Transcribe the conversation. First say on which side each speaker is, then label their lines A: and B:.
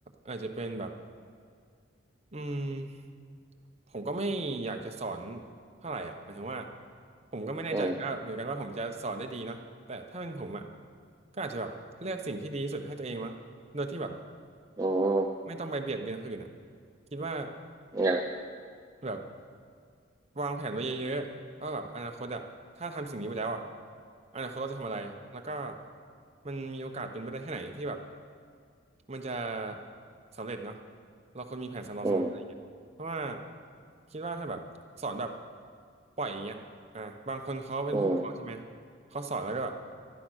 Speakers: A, on the right; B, on the right.
A: อาจจะเป็นแบบ อืมผมก็ไม่อยากจะสอนเท่าไหร่อ่ะหมายถึงว่าผมก็ไม่แน่ใจก็เหมือนกันว่าผมจะสอนได้ดีเนาะแต่ถ้าเป็นผมอ่ะ
B: อืม
A: ก็อาจจะแบบเลือกสิ่งที่ดีที่สุดให้ตัวเองมั้งโดยที่แบบ
B: อืม
A: ไม่ต้องไปเบียดเบียนคนอื่นอ่ะคิดว่า
B: อืม
A: แบบ วางแผนไว้เยอะๆว่าแบบอนาคตอะถ้าทำสิ่งนี้ไปแล้วอะอนาคตเราจะทำอะไร แล้วก็มันมีโอกาสเป็นไปได้แค่ไหนที่แบบมันจะสำเร็จเนาะเราควรมีแผนสำรองเสมออะไรอย่างเงี้ยเพราะว่า
B: อืม
A: คิดว่าถ้าแบบสอนแบบปล่อยอย่างเงี้ยอ่าบางคนเขาเป็นผู้ปกครองใช่ไหม
B: อืม
A: เขาสอนแล้วก็แบบ